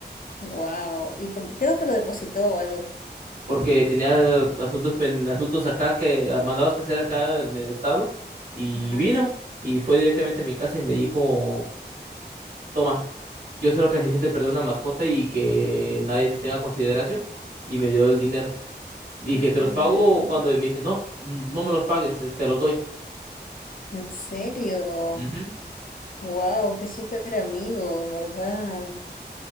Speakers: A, on the left; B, on the right.
A: Wow. ¿Y por qué no te lo depositó o algo?
B: Porque tenía asuntos, pen- asuntos acá que ah, mandados que hacer acá en el estado. Y
A: Ajá.
B: vino y fue directamente a mi casa y me dijo: Toma, yo sé lo que se siente perder una mascota y que nadie te tenga consideración. Y me dio el dinero. Y Dije:
A: Mm,
B: Te los pago cuando. Y me dice: No, mm, no me los pagues, eh, te los doy.
A: ¿en serio?
B: Ujú.
A: Wow, qué súper amigo, en verdad.